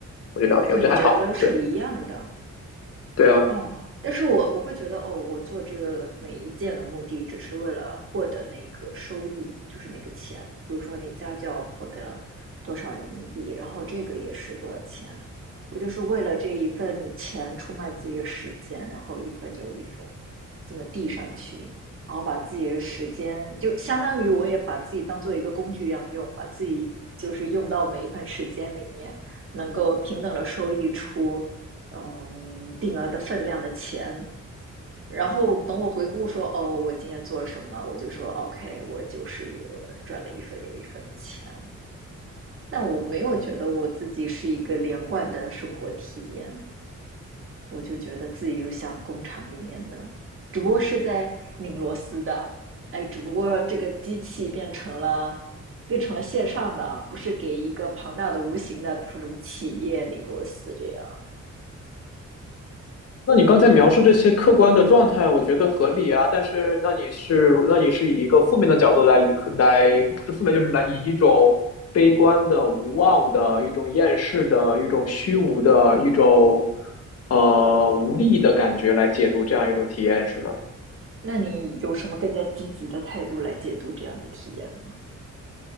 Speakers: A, on the left; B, on the right.
A: 我觉得聊天，
B: 就你觉得都是一样的，
A: 我觉得还好，对对啊，
B: 哦，但是我我会觉得，哦，我做这个每一件的目的只是为了获得那个收益，就是那个钱。比如说你家教获得多少人民币，然后这个也是多少钱，我就是为了这一份钱出卖自己的时间，然后一份又一份这么递上去，然后把自己的时间，就相当于我也把自己当做一个工具一样用，把自己就是用到每一份时间里面，能够平等的收益出。嗯，定额的分量的钱。然后等我回顾说，哦，我今天做了什么，我就说，OK，我就是一个赚了一份又一份的钱。但我没有觉得我自己是一个连贯的生活体验，我就觉得自己就像工厂里面的，只不过是在拧螺丝的，哎，只不过这个机器变成了变成了线上的啊，不是给一个庞大的无形的，比如说什么企业拧螺丝这样。
A: 那你刚才描述这些客观的状态，我觉得合理啊。但是，那你是那你是以一个负面的角度来来，不是负面，就是来以一种悲观的、无望的、一种厌世的、一种虚无的、一种呃无力的感觉来解读这样一种体验，是吗？
B: 那你有什么更加积极的态度来解读这样的体验呢？